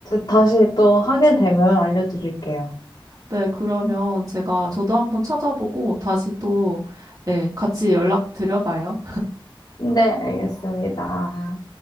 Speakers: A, on the left (about 55°); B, on the right (about 40°).
A: 다시 또 하게 되면 알려드릴게요.
B: 네, 그러면 제가 저도 한번 찾아보고 다시 또, 네, 같이 연락드려봐요.
A: 네, 알겠습니다.